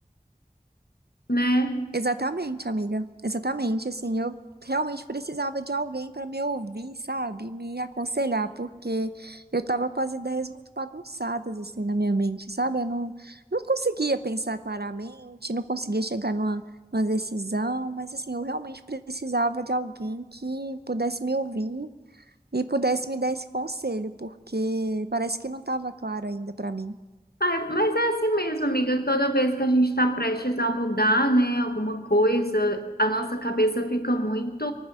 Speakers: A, on the left (about 75°); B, on the right (about 85°).
A: né?
B: Exatamente, amiga. Exatamente, assim, eu realmente precisava de alguém para me ouvir, sabe? Me aconselhar, porque eu tava com as ideias muito bagunçadas assim na minha mente, sabe? Eu não, não conseguia pensar claramente, não conseguia chegar numa, numa decisão, mas assim, eu realmente precisava de alguém que pudesse me ouvir e pudesse me dar esse conselho, porque parece que não tava claro ainda para mim.
A: Ah, é, mas é assim mesmo, amiga. Toda vez que a gente está prestes a mudar, né, alguma coisa, a nossa cabeça fica muito